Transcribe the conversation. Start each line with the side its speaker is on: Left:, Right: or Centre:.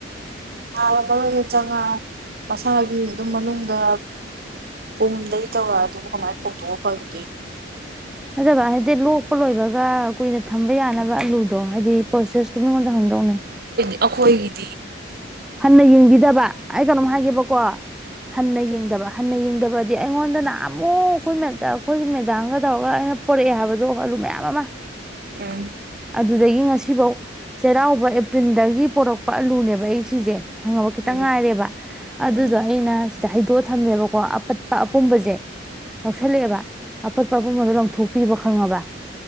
Right: ꯂꯥꯕ ꯃꯔꯣꯏ ꯑꯣꯏꯅ ꯆꯪꯉꯥ ꯃꯁꯥꯒꯤ ꯑꯗꯨꯝ ꯃꯅꯨꯡꯗ ꯄꯨꯡꯗꯒꯤ ꯇꯧꯔꯛ ꯑꯗꯨꯕꯨ ꯀꯃꯥꯏꯅ ꯐꯇꯑꯣ ꯐꯪꯒꯦ
Centre: ꯐꯖꯕ ꯍꯥꯏꯗꯤ ꯂꯣꯛꯄ ꯂꯣꯏꯕꯒ ꯀꯨꯏꯅ ꯊꯝꯕ ꯌꯥꯅꯕ ꯑꯂꯨ ꯣ ꯍꯥꯏꯗꯤ ꯄ꯭ꯔꯣꯁꯦꯁꯇꯣ ꯃꯤꯉꯣꯟꯗ ꯍꯪꯗꯧꯅꯦ
Right: ꯑꯩꯈꯣꯏꯒꯤ
Centre: ꯍꯟꯅ ꯌꯦꯡꯕꯤꯗꯕ ꯑꯩ ꯀꯩꯅꯣꯝ ꯍꯥꯏ ꯕꯀꯣ ꯍꯟꯅ ꯌꯦꯡꯗꯕ ꯍꯟꯅ ꯌꯦꯡꯗꯕꯗꯤ ꯑꯩꯉꯣꯟꯗꯅ ꯑꯃꯨꯛ ꯑꯩꯈꯣꯏ ꯑꯩꯈꯣꯏ ꯃꯦꯗꯥꯝꯒ ꯇꯧꯔꯒ ꯑꯩꯅ ꯄꯣꯔꯛꯑꯦ ꯍꯥꯏꯕꯗꯣ ꯑꯂꯨ ꯃꯌꯥꯝ ꯑꯃ
Right: ꯎꯝ
Centre: ꯑꯗꯨꯗꯒꯤ ꯉꯁꯤꯐꯧ ꯆꯩꯔꯥꯎꯕ ꯑꯦꯄ꯭ꯔꯤꯜꯗꯒꯤ ꯄꯣꯔꯛꯄ ꯑꯂꯨꯅꯦꯕ ꯑꯩ ꯁꯤꯁꯦ ꯍꯪꯉꯕ ꯈꯤꯇꯪ
Right: ꯎꯝ
Centre: ꯉꯥꯏꯔꯦꯕ ꯑꯗꯨꯗꯣ
Right: ꯎꯝ
Centre: ꯑꯩꯅ ꯁꯤꯗ ꯍꯥꯏꯩꯗꯣꯛꯑ ꯊꯝꯃꯦꯕꯀꯣ ꯑꯄꯠꯄ ꯑꯄꯨꯝꯕꯁꯦ ꯌꯥꯎꯁꯜꯂꯛꯑꯦꯕ ꯑꯄꯠꯄ ꯑꯄꯨꯝꯕꯗꯣ ꯂꯧꯪꯊꯣꯛꯄꯤꯕ ꯈꯪꯉꯕ